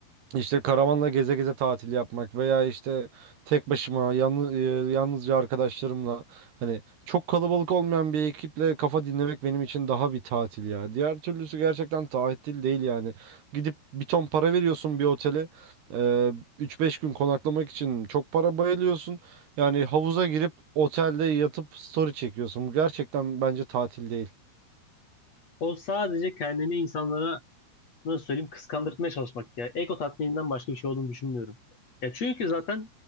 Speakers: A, on the right; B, on the left.
A: işte karavanla geze geze tatil yapmak veya işte tek başıma yalnız, yalnızca arkadaşlarımla hani çok kalabalık olmayan bir ekiple kafa dinlemek benim için daha bir tatil ya. Diğer türlüsü gerçekten tatil değil yani. Gidip bir ton para veriyorsun bir otele. eee, 3-5 gün konaklamak için çok para bayılıyorsun. Yani havuza girip otelde yatıp story çekiyorsun. Bu gerçekten bence tatil değil.
B: O sadece kendini insanlara nasıl söyleyeyim kıskandırtmaya çalışmak ya. Ego tatmininden başka bir şey olduğunu düşünmüyorum. Ya çünkü zaten